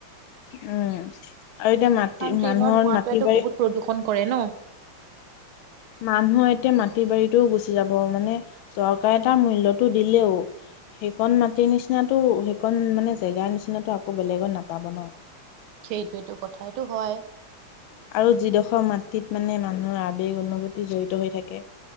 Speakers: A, on the left; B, on the right.
A: উম', আৰু এতিয়া মাটি,
B: কাৰণ ট্ৰেইনৰ
A: মানুহৰ
B: ধোঁৱাটোৱেতো
A: মাটি-বাৰী।
B: বহুত প্ৰদূষণ কৰে ন
A: মানুহৰ এতিয়া মাটি-বাৰীটোও গুচি যাব। মানে, চৰকাৰে তাৰ মূল্যটো দিলেও-সেইকণ মাটিৰ নিচিনাতো, সেইকণ মানে জেগাৰ নিচিনাতো আকৌ বেলেগত নাপাব, ন?
B: সেইটোৱেটো কথাটো হয়।
A: আৰু যিডোখৰ মাটিত- মানে, মানুহৰ আৱেগ- অনুভূতি জড়িত হৈ থাকে,